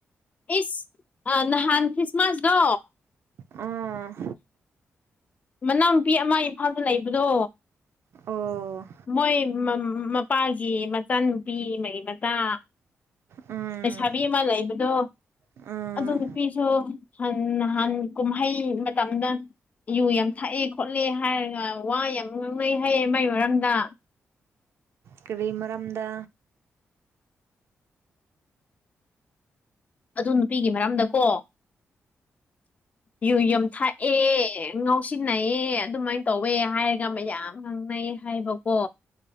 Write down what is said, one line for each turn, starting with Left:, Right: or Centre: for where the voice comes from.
Left: ꯏꯁ ꯑ ꯅꯍꯥꯟ ꯈ꯭ꯔꯤꯁꯃꯥꯁꯗꯣ
Right: ꯎꯝ
Left: ꯃꯅꯥꯅꯨꯄꯤ ꯑꯃ ꯏꯝꯐꯥꯜꯗ ꯂꯩꯕꯗꯣ
Right: ꯑꯣ
Left: ꯃꯣꯏ ꯃꯝ ꯃꯄꯥꯒꯤ ꯃꯆꯥꯅꯨꯄꯤ ꯃꯔꯤ ꯃꯇꯥ
Right: ꯎꯝ
Left: ꯂꯩꯁꯥꯕꯤ ꯑꯃ ꯂꯩꯕꯗꯣ
Right: ꯎꯝ
Left: ꯑꯗꯨ ꯅꯨꯄꯤꯁꯨ ꯍꯟ ꯅꯍꯥꯟ ꯀꯨꯝꯍꯩ ꯃꯇꯝꯗ ꯌꯨ ꯌꯥꯝ ꯊꯛꯑꯦ ꯈꯣꯠꯂꯦ ꯍꯥꯏꯔꯒ ꯋꯥ ꯌꯥꯝ ꯉꯥꯡꯅꯩ ꯍꯥꯏꯌꯦ ꯃꯥꯏ ꯃꯔꯝꯗ
Right: ꯀꯔꯤ ꯃꯔꯝꯗ
Left: ꯑꯗꯨ ꯅꯨꯄꯤꯒꯤ ꯃꯔꯝꯗꯀꯣ ꯌꯨ ꯌꯥꯝ ꯊꯛꯑꯦ ꯉꯥꯎꯁꯤꯟꯅꯩꯑꯦ ꯑꯗꯨꯃꯥꯏ ꯇꯧꯋꯦ ꯍꯥꯏꯔꯒ ꯃꯌꯥꯝ ꯉꯥꯡꯅꯩꯌꯦ ꯍꯥꯏꯕꯀꯣ